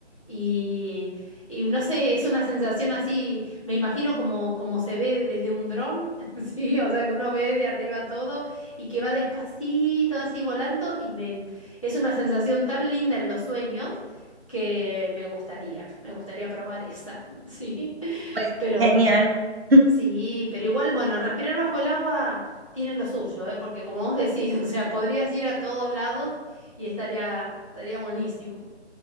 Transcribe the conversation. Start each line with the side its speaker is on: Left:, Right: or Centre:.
Left: y, y no sé, es una sensación así, me imagino como, como se ve desde un dron, <laughs> ¿sí? O sea, que uno ve desde arriba todo y que va despacito así volando y me, es una sensación tan linda en los sueños que me gustaría, me gustaría probar esa, <laughs> sí,
Right: Pues
Left: pero
Right: genial. <laughs>
Left: sí, pero igual, bueno, respirar bajo el agua tiene lo suyo, ¿eh? Porque como vos decís, <laughs> o sea, podrías ir a todos lados y estaría, estaría buenísimo.